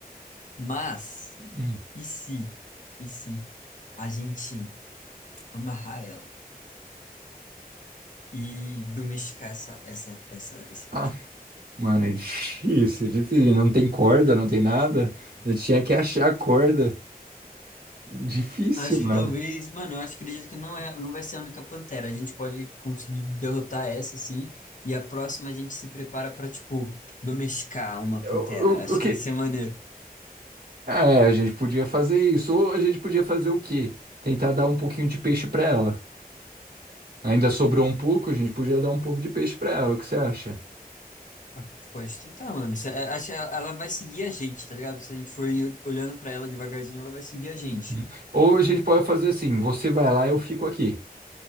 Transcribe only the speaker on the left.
mas
E se, e se a gente amarrar ela e domesticar essa, essa, essa, esse...
Acho
que talvez, mano, eu acho que acredito que não é, não vai ser a única pantera. A gente pode conseguir derrotar essa, assim, e a próxima a gente se prepara pra, tipo, domesticar uma
pantera.
Acho
que ia ser maneiro.
Acho que Pode tentar, mano. Se- é, Acho que ela ela vai seguir a gente, tá ligado? Se a gente for olhando pra ela devagarzinho, ela vai seguir a gente.